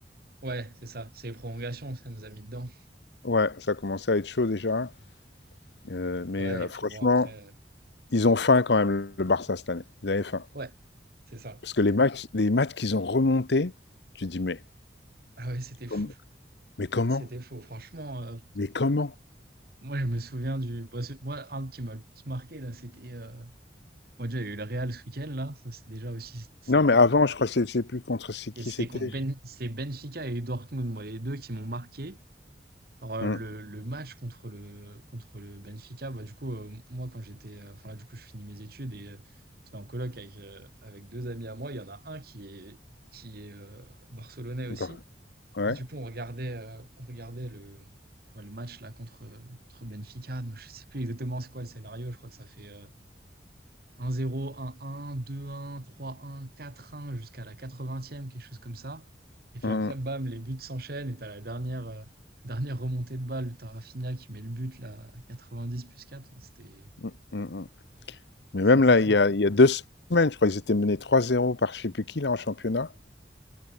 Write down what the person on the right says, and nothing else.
Ouais, c'est ça, c'est les prolongations, ça nous a mis dedans.
Ouais,
et
puis bon, après, euh,
ouais, c'est ça.
Ah ouais, c'était
fou.
C'était fou, franchement. euh,
Moi, je me souviens du. bah, c'est- moi, un qui m'a le plus marqué, là, c'était. euh, Moi, déjà, il y a eu le Real ce week-end, là. Ça, c'est déjà aussi, c'était.
Et
c'était
contre Ben. C'est Benfica et Dortmund, moi, les deux qui m'ont marqué. Genre, euh,
le, le match contre le, contre le Benfica, bah, du coup, euh, moi, quand j'étais. euh, Enfin, là, du coup, je finis mes études et euh, j'étais en coloc avec, euh, avec deux amis à moi. Il y en a un qui est, qui est euh, barcelonais aussi.
Et du coup, on regardait, euh, on regardait le, je vois, le match là contre, euh, contre Benfica. Donc, je sais plus exactement c'est quoi le scénario. Je crois que ça fait euh, 1-0, 1-1, 2-1, 3-1, 4-1 jusqu'à la 80e, quelque chose comme ça. Et puis
après, bam, les buts s'enchaînent et t'as la dernière, euh, dernière remontée de balle. T'as Rafinha qui met le but là à 90 plus 4. Enfin, c'était,
c'était
fou.
<laughs>